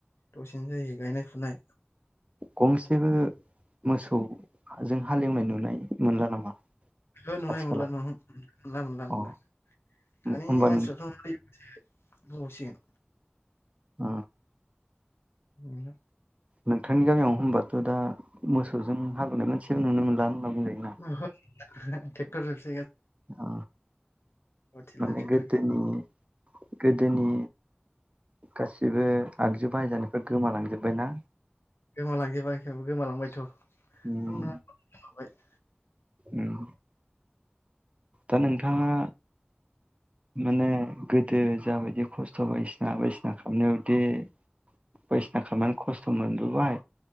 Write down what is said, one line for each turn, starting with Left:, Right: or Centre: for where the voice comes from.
Left: दसेनो जायो गायनाय फुनाय
Right: गंसेबो मोसौजों हालेवनाय नुनाय मोनला नामा
Left: ओंहो नुनाय
Right: आथिखालाव
Left: मोनला ओंहो मोनला मोनला मोनला
Right: अ
Left: दानि
Right: होमबा
Left: मानसिफोरखौ
Right: नों
Left: नै बुंबावसिगोन
Right: ओ
Left: औ
Right: नोंथांनि गामियाव होनबाथ' दा मोसौजों हालेवनाय मोनसेबो नुनो मोनला बुंजायोना
Left: <unintelligible> थेक्टर जोंस
Right: ओ
Left: हर थिला
Right: माने
Left: ट्रेक्टर
Right: गोदोनि गोदोनि गासिबो आगजु बायजानिफ्राय गोमालांजोब्बाय ना
Left: गोमालांजोबा एखै गोमालांबायथ'
Right: उम
Left: बुंनो <unintelligible>
Right: उम दा नोंथाङा माने गोदो जाबायदि खस्थ' बायदिसिना बायदिसिना खालामनायावदि बायदिसिना खालामनानै खस्थ' मोनबोबाय